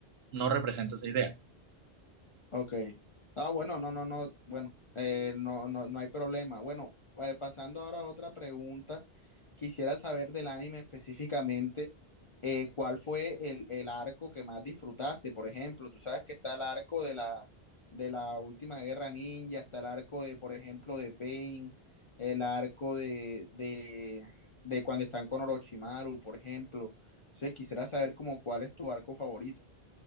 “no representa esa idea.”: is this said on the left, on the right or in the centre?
Right